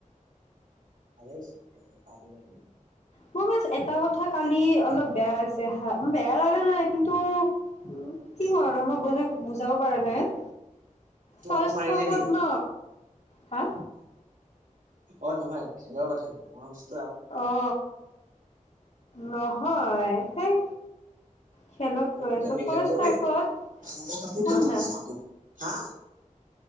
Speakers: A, on the right; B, on the left.
A: ভালাই চক্য পালিব
B: মই মছ এটা কথা খালি অলপ বেয়া লাগিছে হা বেয়া লাগা নাই কিন্তু উ কি কওঁ আৰু মই বাক বুজাব পাৰা নাই হ
A: তই
B: ফাৰ্ষ
A: আকৌ মাৰিলে
B: হাফত
A: নেকি
B: ন হা
A: অ নহয় খেলৰ কথা নেকি মই ভাবো
B: অ নহয় হয় সেই খেলত
A: গুৰ
B: গৈ
A: পিটন
B: আছো
A: দিলে
B: ফাৰ্ষ্ট
A: বোলে ঐ
B: হাফত
A: সৰু কাপোৰ
B: শুননা
A: কিয় পিন্ধিছ আকৌ হা